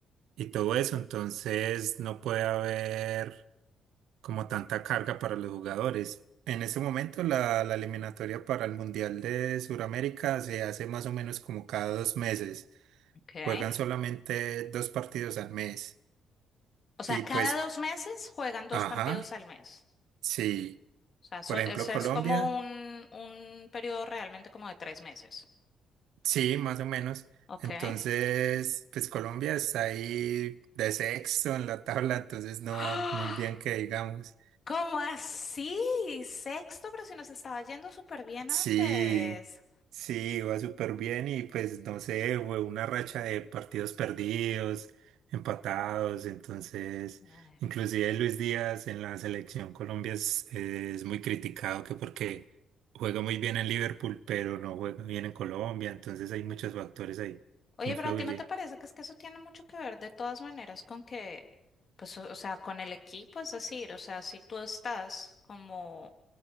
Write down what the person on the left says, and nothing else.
Ok.
O sea,
cada
dos
meses juegan dos
partidos al mes.
O sea, eso,
eso
es como un, un periodo realmente como de tres meses.
Ok.
<gasps>
¡Ah!
¿Cómo así? Sexto, pero si nos estaba yendo súper bien
antes.
Ay.
Oye,
pero a ti no te parece que es que eso tiene mucho que ver de todas maneras con que, pues, o, o sea, con el equipo, es decir, o sea, si tú estás como